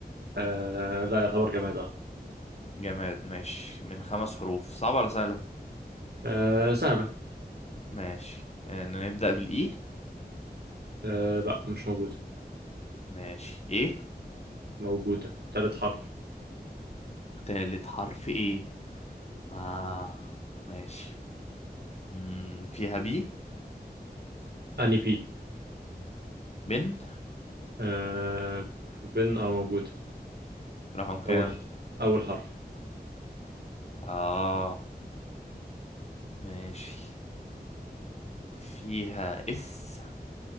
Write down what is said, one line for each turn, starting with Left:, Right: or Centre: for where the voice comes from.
Right: آه لا يعتبر جماد اه
Left: جماد ماشي من خمس حروف صعبه ولا سهله
Right: آه، سهلة
Left: ماشي آه، نبدا بالاي
Right: آه لا مش موجودة
Left: ماشي ايه
Right: موجودة تالت حرف
Left: تالت حرف ايه اه ماشي مم، فيها بي
Right: اني بي
Left: بن
Right: آه بن اه موجودة
Left: رقم كام
Right: اول حرف اول حرف
Left: اه ماشي فيها اس